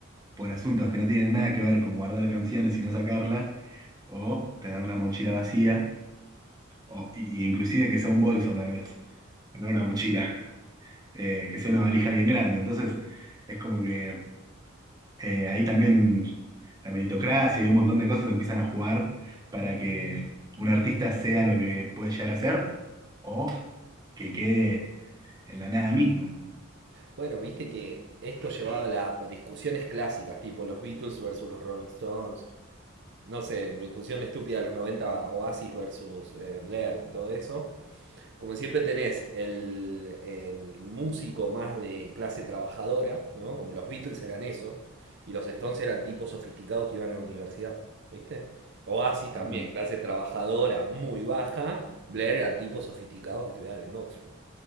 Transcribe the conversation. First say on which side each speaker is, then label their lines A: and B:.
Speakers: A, on the right; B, on the right.
A: por asuntos que no tienen nada que ver con guardar canciones y no sacarlas, o tener la mochila vacía, o y- y inclusive que sea un bolso tal vez, no una mochila, eh, que sea una valija bien grande. Entonces es como que eh, ahí también la meritocracia y un montón de cosas empiezan a jugar para que un artista sea lo que puede llegar a ser o que quede en la nada misma.
B: Bueno, viste que esto llevaba a las discusiones clásicas, tipo los Beatles versus los Rolling Stones. No sé, discusión estúpida de los 90, Oasis versus eh, Blair, todo eso. Como siempre tenés el, el músico más de clase trabajadora, ¿no? Como los Beatles eran eso, y los Stones eran tipos sofisticados que iban a la universidad, ¿viste? Oasis
A: tal
B: también,
A: cual
B: clase trabajadora muy baja, Blair eran tipos sofisticados que estudiaban en Oxford.